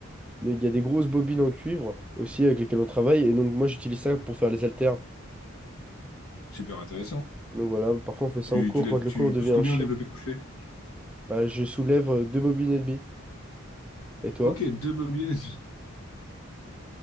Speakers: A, in the centre; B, on the left.
A: il y a des grosses bobines en cuivre aussi avec lesquelles on travaille. Et donc, moi, j'utilise ça pour faire les haltères.
B: Super intéressant.
A: Donc voilà, parfois, on fait ça
B: Tu,
A: en cours.
B: tu lèves,
A: Quand
B: tu
A: le cours
B: pousses
A: devient
B: combien
A: chiant,
B: au développé couché?
A: bah, je soulève euh, deux bobines et demie. Et toi?
B: Ok, deux bobines. <laughs>